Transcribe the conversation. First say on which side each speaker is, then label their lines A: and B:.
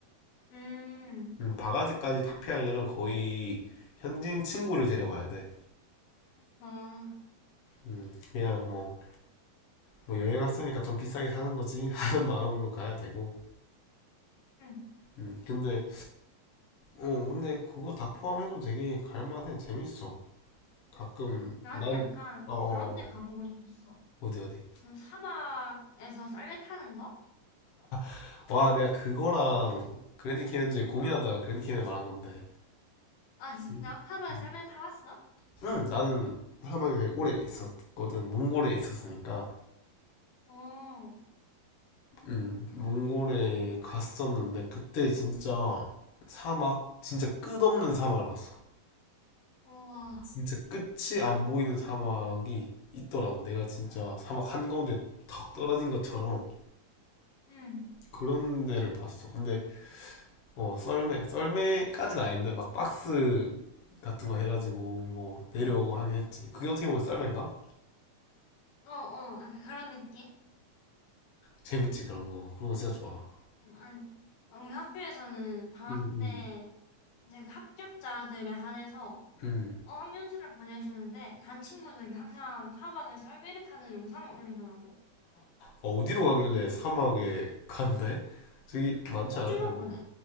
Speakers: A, on the left; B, on the left.
A: 음,
B: 음, 바가지까지 다 피하려면 거의 현지인 친구를 데려가야 돼.
A: 아,
B: 음, 그냥 뭐, 뭐 여행 왔으니까 좀 비싸게 사는 거지 <laughs> 하는 마음으로 가야 되고.
A: 응.
B: 음, 근데, 어, 근데 그거 다 포함해도 되게 갈만해. 재밌어. 가끔,
A: 나는
B: 난,
A: 약간
B: 어, 어,
A: 그런
B: 어, 말해.
A: 데 가보고 싶었어.
B: 어디, 어디.
A: 그 사막에서 썰매 타는 거?
B: <laughs> 와, 내가 그거랑 그랜드 캐니언즈 고민하다가 그랜드 캐니언 말한 건데.
A: 아, 진짜?
B: 음,
A: 사막에
B: 음.
A: 썰매 타봤어?
B: 응, 나는 사막에 되게 오래 있었거든. 몽골에 있었으니까.
A: 어,
B: 음, 몽골에 갔었는데, 그때 진짜 사막, 진짜 끝없는 사막을 봤어.
A: 우와.
B: 진짜 끝이 안 보이는 사막이 있더라고. 내가 진짜 사막 한가운데 턱 떨어진 것처럼
A: 응.
B: 그런 데를 봤어. 근데 어 썰매 썰매까지는 아닌데 막 박스 같은 거 해가지고 뭐 내려오고 하긴 했지. 그게 어떻게 보면 썰매인가?
A: 어, 어. 약간 그런 느낌?
B: 재밌지 그런 거. 그런 거 진짜 좋아.
A: 응, 아니, 우리 학교에서는 방학
B: 음, 음,
A: 때 이제 그 합격자들에 한해서
B: 음.
A: 어학연수를 보내주는데 간 친구들이 항상 사막에 썰매를 타는 영상을 올리더라고.
B: 어, 어디로 가길래 사막에 간대? 저기 많지
A: 호주로
B: 않을 텐데.
A: 보내.